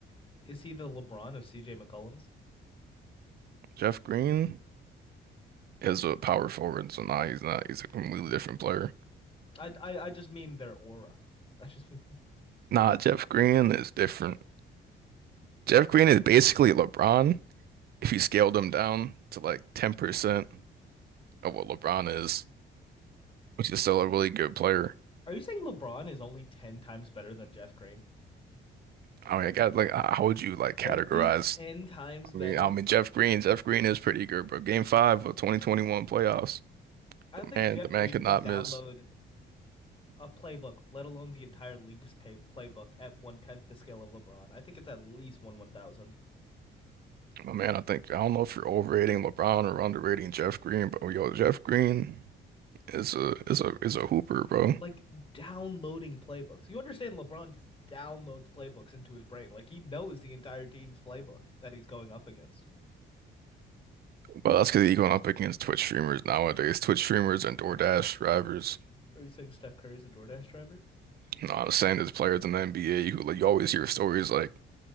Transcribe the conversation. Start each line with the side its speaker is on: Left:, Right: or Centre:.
Left: is he the LeBron of CJ McCollum's?
Right: Jeff Green. as a power forward, so now he's not. He's a completely different player.
Left: I I, I just mean their aura. I just mean.
Right: Nah, Jeff Green is different. Jeff Green is basically LeBron if you scaled him down to like 10% of what LeBron is, which is still a really good player.
Left: Are you saying LeBron is only 10 times better than Jeff Green?
Right: I mean, I got like, h- how would you like categorize?
Left: Only 10 times
Right: I
Left: better.
Right: mean, I mean Jeff Green. Jeff Green is pretty good, bro. Game five of 2021 playoffs.
Left: I
Right: The
Left: don't think
Right: man,
Left: Jeff
Right: the man
Left: Green
Right: could
Left: could
Right: not
Left: download
Right: miss.
Left: a playbook, let alone the entire league's pay- playbook, at one tenth the scale of LeBron. I think it's at least one one thousandth.
Right: My man, I think I don't know if you're overrating LeBron or underrating Jeff Green, but yo, Jeff Green is a is a is a hooper, bro.
Left: Like downloading playbooks. You understand LeBron just downloads playbooks into his brain. Like he knows the entire team's playbook that he's going up against.
Right: Well, that's because he's going up against Twitch streamers nowadays. Twitch streamers and DoorDash drivers.
Left: Are you saying Steph Curry's a DoorDash driver?
Right: No, I was saying there's players in the NBA who like you always hear stories like